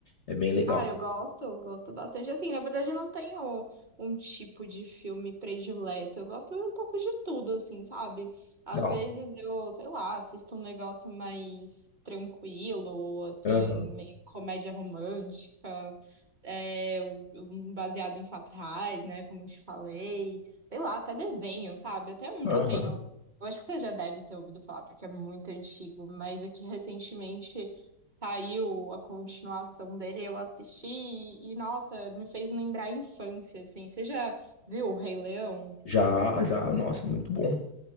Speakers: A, on the left; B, on the right.
A: é bem legal.
B: Ah, eu gosto, eu gosto bastante. Assim, na verdade, eu não tenho um tipo de filme predileto. Eu gosto um pouco de tudo, assim, sabe? Às
A: Legal.
B: vezes eu, sei lá, assisto um negócio mais tranquilo, assim,
A: Aham,
B: meio comédia romântica, é, um- um baseado em fatos reais, né? Como eu te falei. Sei lá, até desenho, sabe? Até um
A: aham.
B: que eu tenho. Eu acho que você já deve ter ouvido falar, porque é muito antigo, mas aqui recentemente saiu a continuação dele, eu assisti e, e, nossa, me fez lembrar a infância, assim. Você já viu o Rei Leão?
A: Já, já, nossa, muito bom.